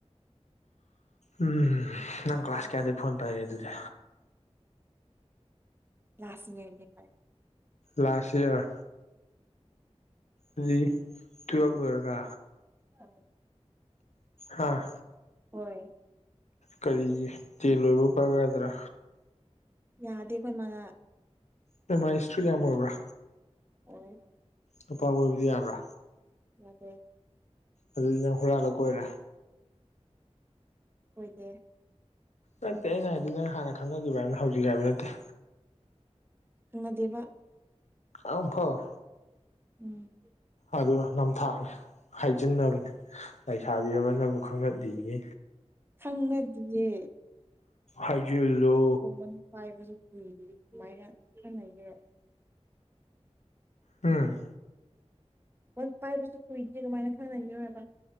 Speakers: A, on the left; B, on the right.
A: ꯎꯝ ꯅꯪ ꯀ꯭ꯂꯥꯁ ꯀꯌꯥꯗꯩ ꯐꯣꯟ ꯄꯥꯢꯔꯛꯏ ꯑꯗꯨꯗꯤ
B: ꯂꯥꯁ ꯌꯔꯗꯩ
A: ꯂꯥꯁ ꯏꯌꯥꯔ ꯑꯗꯨꯗꯤ ꯇꯨꯌꯦꯟ ꯂꯣꯢꯔꯒ
B: ꯑꯅꯤ
A: ꯍꯥꯥ
B: ꯍꯣꯏ
A: ꯀꯔꯤꯒꯤ ꯇꯦꯜ ꯂꯣꯏꯕ ꯄꯥꯌꯨ ꯌꯥꯗ꯭ꯔꯥ
B: ꯌꯥꯗꯦ ꯑꯩꯈꯣꯏ ꯃꯥꯅ
A: ꯅꯣꯢ ꯃꯥꯥ ꯏꯁꯇ꯭ꯔꯤꯛ ꯌꯥꯝ ꯑꯣꯢꯕ꯭ꯔꯥ
B: ꯑꯣꯏ
A: ꯅꯨꯄꯥ ꯀꯣꯏꯕꯗꯤ ꯌꯥꯕ꯭ꯔꯥ
B: ꯌꯥꯗꯦ
A: ꯑꯗꯨꯗꯤ ꯅꯪ ꯍꯨꯔꯥꯜꯂ ꯀꯣꯏꯔꯦ
B: ꯀꯣꯏꯗꯦ
A: ꯅꯠꯇꯦ ꯑꯩꯅ ꯍꯥꯏꯗꯤ ꯅꯪ ꯍꯥꯟꯅ ꯈꯪꯅꯒꯤꯕ꯭ꯔ ꯍꯥꯏꯕꯅꯤ ꯍꯧꯖꯤꯛ ꯍꯥꯏꯕ ꯅꯠꯇꯦ
B: ꯈꯪꯅꯗꯦꯕ
A: ꯑꯝꯐꯥꯎ
B: ꯎꯝ
A: ꯑꯗꯨ ꯅꯝꯊꯥꯛꯅꯤ ꯍꯥꯏꯖꯤꯟꯅꯕꯅꯦ ꯂꯩꯁꯥꯕꯤ ꯑꯃꯅꯕꯨ ꯈꯪꯅꯗꯦꯌꯦ
B: ꯈꯪꯅꯗꯤꯌꯦ
A: ꯍꯥꯏꯖꯤꯜꯂꯣ
B: ꯐꯣꯟ ꯄꯥꯏꯕꯁꯨ ꯃꯤꯗꯨꯗꯤ ꯀꯃꯥꯏꯅ ꯈꯪ ꯂꯩꯒꯦꯔꯣ
A: ꯎꯝ
B: ꯍ ꯄꯥꯏꯕꯁꯨ ꯀꯨꯏꯗ꯭ꯔꯤ ꯀꯃꯥꯏꯅ ꯈꯪꯅꯒꯦꯔꯣ ꯍꯥꯏꯕ